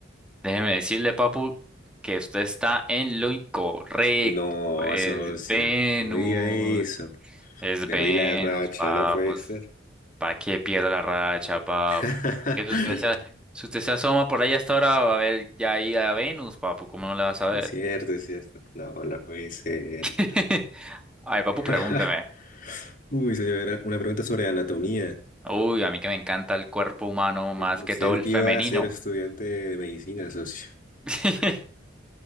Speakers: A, in the centre; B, on the left (about 45°).
A: Déjeme decirle, papu, que usted está en lo incorrecto.
B: No,
A: Es
B: socio.
A: Venus.
B: No diga eso.
A: Es
B: Perdí
A: Venus,
B: la racha,
A: papos.
B: no puede ser.
A: ¿Para que pierda la racha, papo?
B: <laughs>
A: Que si usted se, si usted se asoma por ahí hasta ahora, va a ver ya ahí a Venus, papu. ¿Cómo no le vas a ver?
B: Es cierto, es cierto. No, no puede ser.
A: <laughs> Ay, papu,
B: <laughs>
A: pregúnteme.
B: Uy, señora, una pregunta sobre anatomía.
A: Uy, a mí que me encanta el cuerpo humano más
B: Usted
A: que todo el
B: que
A: femenino.
B: iba a ser estudiante de medicina, socio.
A: <laughs>